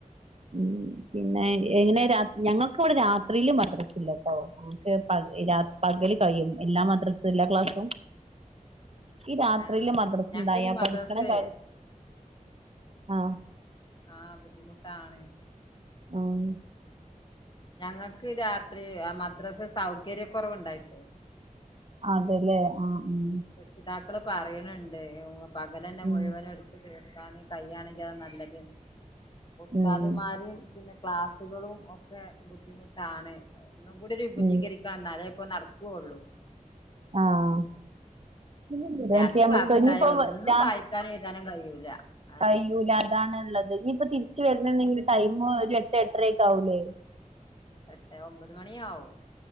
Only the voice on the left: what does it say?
ആഹ്
ഞങ്ങക്കിനി മദ്രസ്
ആഹ് ബുദ്ധിമുട്ടാണ്.
ഞങ്ങക്ക് രാത്രീ അ മദ്രസ സൗകര്യക്കൊറവുണ്ടായിട്ടെയ്
രക്ഷിതാക്കള് പറയ്ണ് ണ്ട് പകലന്നെ
മുഴുവനും എടു ത്ത് തീർക്കാന് കയ്യാണെങ്കി അയ് നല്ലത് പ്പൊ ഉസ്താദ്മാര്
പിന്നെ ക്ലാസ്സുകളും ഒക്കെ ബുദ്ധിമുട്ടാണ് ഒന്നുംകൂടി രു വിപുലീകരി
ക്ക എന്നാലെ ഇപ്പൊ നടക്ക്‌വോള്ളൂ.
രാത്രി ക്ലാസ് ഉണ്ടായാലും
ഒന്നും
വായിക്കാനും എഴുതാനും കഴിയൂല അതന്നെ
എട്ടെ ഒമ്പത് മണിയാവും.